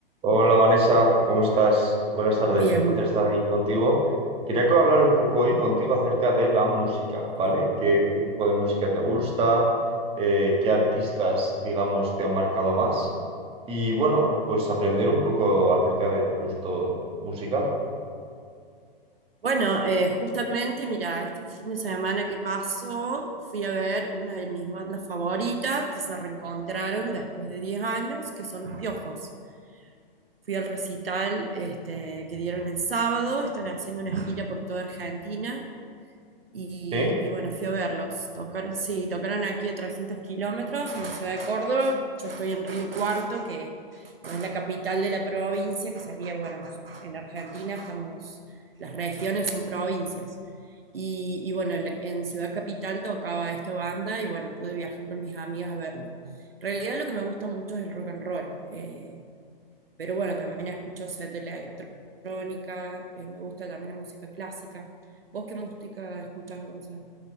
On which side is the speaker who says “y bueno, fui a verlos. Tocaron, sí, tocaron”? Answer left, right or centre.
Right